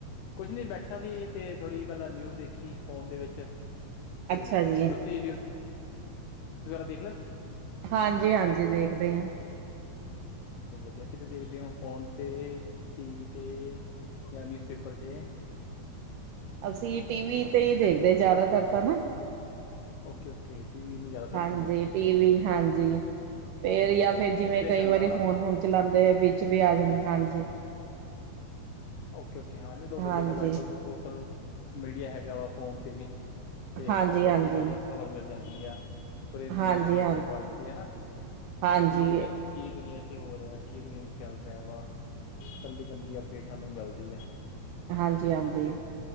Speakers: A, on the left; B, on the right.
A: ਕੁਛ ਨੀ ਬੈਠਾ ਸੀ, 'ਤੇ ਥੋੜੀ ਪਹਿਲਾਂ ਨਿਊਜ਼ ਦੇਖੀ ਫੋਨ ਦੇ ਵਿੱਚ। 'ਤੇ,
B: ਅੱਛਾ ਜੀ
A: ਤੁਸੀਂ ਨਿਊਜ ਜਰਾ ਦੇਖ ਲੈ
B: ਹਾਂਜੀ-ਹਾਂਜੀ ਦੇਖਦੇ ਆ।
A: <unintelligible> ਕਿਵੇਂ ਦੇਖਦੇ ਓ ਫੋਨ 'ਤੇ ਟੀਵੀ 'ਤੇ ਜਾਂ ਨਿਊਜ਼ ਪੇਪਰ ਤੇ?
B: ਅਸੀਂ ਟੀਵੀ 'ਤੇ ਈ ਦੇਖਦੇ ਜ਼ਿਆਦਾਤਰ ਤਾਂ ਨਾ।
A: ਓਕੇ-ਓਕੇ ਟੀਵੀ ਨੂੰ ਜ਼ਿਆਦਾ
B: ਹਾਂਜੀ
A: ਪਸੰਦ ਹੈ।
B: ਟੀਵੀ ਹਾਂਜੀ ਫਿਰ ਜਾਂ ਫਿਰ ਜਿਵੇਂ
A: ਤੇ
B: ਕਈ
A: ਗੱਲ
B: ਵਾਰੀ
A: ਆ
B: ਫੋਨ-ਫੋਨ ਚਲਾਂਦੇ ਵੀ ਉੱਚ ਵੀ ਆ ਜਾਂਦਾ ਹਾਂਜੀ।
A: ਓਕੇ-ਓਕੇ ਹਾਂ ਜੋ
B: ਹਾਂਜੀ
A: ਵਧੀਆ ਗੱਲ ਅੱਜ-ਕੱਲ ਤਾਂ ਸੋਸ਼ਲ ਮੀਡੀਆ ਹੈਗਾ ਵਾ ਫੋਨ 'ਤੇ ਵੀ। 'ਤੇ
B: ਹਾਂਜੀ
A: ਘਰ ਬੈਠੀ
B: ਹਾਂਜੀ
A: ਸਾਰੀ ਖ਼ਬਰ ਮਿਲ ਜਾਂਦੀ ਆ। ਪੂਰੇ ਦੁਨੀਆਂ
B: ਹਾਂਜੀ
A: ਦੀ
B: ਹਾਂਜੀ
A: ਪੂਰੇ ਵਰਲਡ ਦੀ ਹੈਨਾ,
B: ਹਾਂਜੀ
A: ਕੀ ਦੁਨੀਆ ਕੀ ਦੁਨੀਆਂ 'ਚ ਹੋ ਰਿਹਾ ਕੀ ਦੁਨੀਆਂ 'ਚ ਚੱਲ ਰਿਹਾ ਵਾ ਕੱਲੀ-ਕੱਲੀ ਅਪਡੇਟ ਸਾਨੂੰ ਮਿਲਦੀ ਆ।
B: ਹਾਂਜੀ-ਹਾਂਜੀ